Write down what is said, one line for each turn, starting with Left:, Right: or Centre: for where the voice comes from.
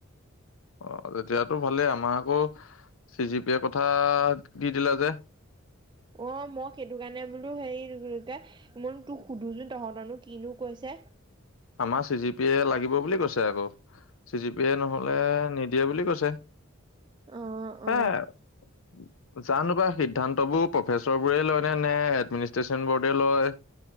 Left: অ তেতিয়াতো ভালেই আমাক আকৌ চি জি পিয়ে কথা দি দিলে যে
Right: অ মই সেইটো কাৰণে বোলো হেৰি কি মই তোক সুধোচোন তহঁতনো কিনো কৈছে
Left: আমাৰ চি জি পি এ লাগিব বুলি কৈছে আকৌ চি জি পি এ নহলে নিদিয়া বুলি কৈছে
Right: অ
Left: ছে
Right: অ
Left: অ জানো বা সিদ্ধান্তবোৰ প্ৰফেচৰ বোৰে লয় নে নে এডমিনিষ্ট্ৰেশচন বৰ্ডে লয়